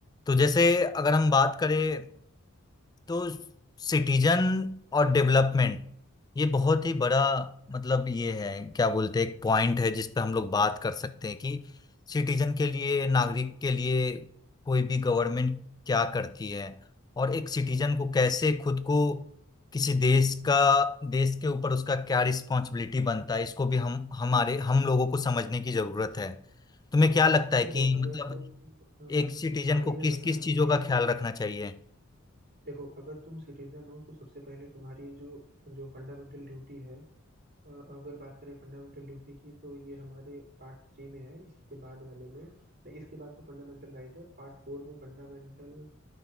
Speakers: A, on the left; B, on the right.
A: तो जैसे अगर हम बात करें तो सिटीजन और डेवलपमेंट ये बहुत ही बड़ा मतलब ये है क्या बोलते हैं एक पॉइंट है जिस पे हम लोग बात कर सकते हैं कि सिटीजन के लिए नागरिक के लिए कोई भी गवर्नमेंट क्या करती है और एक सिटीजन को कैसे खुद को किसी देश का देश के ऊपर उसका क्या रिस्पॉन्सिबिलिटी बनता है इसको भी हम हमारे हम लोगों को समझने की जरूरत है तुम्हें क्या लगता है
B: देखो
A: कि
B: अगर
A: मतलब
B: तुम अ,
A: एक सिटीजन
B: हाँ वही
A: को
B: मैं
A: किस
B: बता
A: किस
B: रहा
A: चीजों
B: हूँ कि
A: का ख्याल रखना चाहिए
B: देखो अगर तुम सिटीजन हो तो सबसे पहले तुम्हारी जो जो फंडामेंटल ड्यूटी है अ, अगर बात करें फंडामेंटल ड्यूटी की तो ये हमारे पार्ट थ्री में है इसी के बाद वाले में नहीं, इसके बाद तो फंडामेंटल राइट है पार्ट फोर में फंडामेंटल